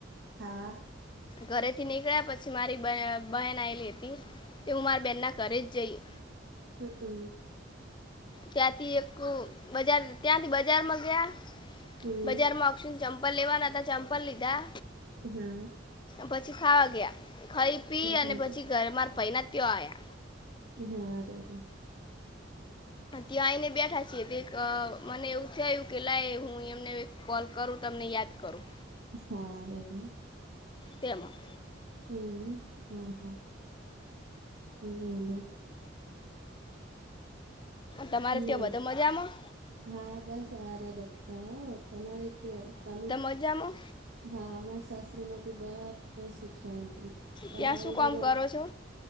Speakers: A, on the right; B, on the left.
A: હા
B: ઘરેથી નીકળ્યા પછી મારી બહેન આવેલી હતી તે હું મારી બેનના ઘરે જ જઈ
A: હમ હમ
B: ત્યાંથી એક બજાર ત્યાંથી બજારમાં ગયા
A: હમ
B: બજારમાં ઓપશન ચંપલ લેવાના હતા ચંપલ લીધા
A: હા
B: પછી ખાવા ગયા ખઈ પી અને
A: રેડી
B: પછી ઘર માર ભાઈ ના ત્યા આયા
A: હારે રી
B: ત્યા આઈને બેઠા છીએ તેક અ મને એવું થયું કે લાય હું એમને કોલ કરું તમને યાદ કરું
A: હા રેડી
B: તેમાં
A: હમ હા હા બોલો
B: તમારે ત્યાં
A: બોલો
B: બધા મજામાં?
A: હા બસ હારે બધા હો તમારે કેવો તમે
B: મજામા
A: હા અમા સાસરીમાં બી બધા સુ શાંતિ તમારી
B: ત્યાં શું કામ
A: બોલો
B: કરો છો